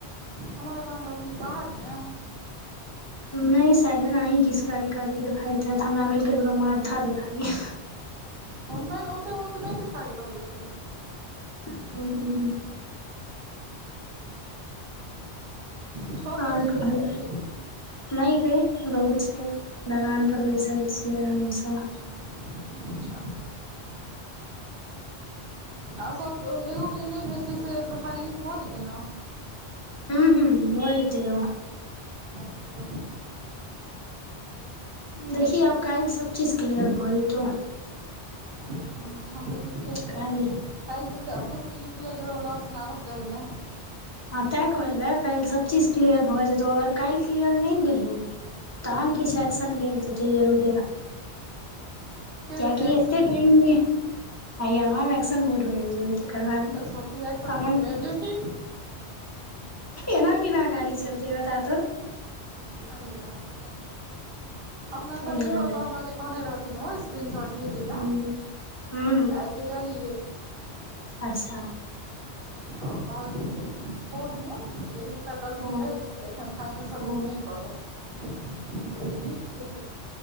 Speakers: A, on the right; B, on the left.
A: हमर लताम लग मे बाहरमे।
B: नहि सायद अनाही किछ कारी कारी देखाइत हैत हमरा भेल ककरो माथा देखाइये।
A: नहि ओते ऊंच नहि देखाइत रहै छै।
B: हुं।
A: छत
B: आर
A: पर छी
B: कहियौ,
A: से कि
B: नहि बहुत रौद छै। दलान पर बैसल छियै आरामसँ।
A: अच्छा। आर सब एगो के जे नहि भेल छै से प्रोफाइल लिंक भऽ जेतै ने।
B: हुं हुं, भ जेतै तैयो।
A: अच्छा।
B: देखि आब काल्हि सब चीज क्लियर भऽ जेतै।
A: हँ तहन तऽ ठीके छै।
B: काल्हि।
A: काल्हिसँ अपनो सबके यू पी आइ जोड़ैले ऑप्सन आबऽ चाही ने।
B: हँ तैं कहलियै काल्हि सभ चीज क्लियर भऽ जेतहुँ, अगर काल्हि क्लियर नहि भेलौ तखन
A: हँ
B: किछु एक्शन लेल जेतै जरुरे।
A: के
B: कियाकि
A: लेतै एक्शन
B: एते टाइम मे हम एक्शन मूड मे आबि जेबै। तकर बाद
A: अच्छा तू एक्शन
B: कोन
A: मोडमे आबि जेबही
B: एना केना गाड़ी चलतै बताउ त।
A: सही बात, हम ने
B: ताहि
A: सही
B: दुआरे
A: कऽ क अहांके कहने रहथिन ओ स्क्रीन शॉट भेजे ला
B: हुं हुं
A: आइ भेजलियै।
B: अच्छा।
A: तऽ कहलखिन जे छोट मोट किछु एक दूटा गलती
B: ओ
A: अछि से एखन फाइनल सबमिट
B: ओ
A: नहि करब। हम कहलियै ठीक छै।